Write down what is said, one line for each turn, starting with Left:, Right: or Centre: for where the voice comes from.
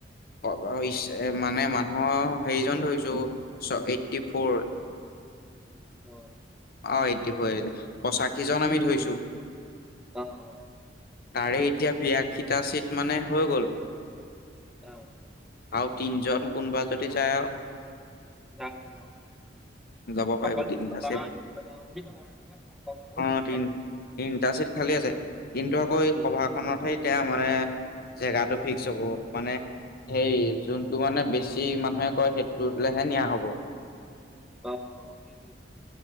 Left: খোৱা বোৱা ইচ্ছাৰে মানে মানুহৰ হেইজন ধৰিছো চ এইট টি ফোৰ।
Centre: অ।
Left: অ এইটি ফৰ পঁচাশী জন আমি ধৰিছো।
Centre: অ অ।
Left: তাৰে এতিয়া বিয়া খিটা চীট মানে হৈ গ'ল।
Centre: অহ।
Left: আৰু তিনজন কোনবা যদি যায়,
Centre: যাব পাৰিব
Left: যাব পাৰে
Centre: অকল
Left: গতি ইনতাছে
Centre: গাঁও গাঁও বুলি কথা নাই নহয় কাষৰ গাঁও
Left: অ
Centre: যাব
Left: তিন
Centre: পাৰে।
Left: তিনিটা চিট খালী আছে। কিন্তু আকৌ এই
Centre: উম,
Left: সভাখনতহে এতিয়া মানে জেগাটো ফিক্স হ'ব, মানে সেই যোনটো মানে বেছি মানুহে কয় সেইটোলেহে নিয়া হ'ব।
Centre: অ সেইটোৱে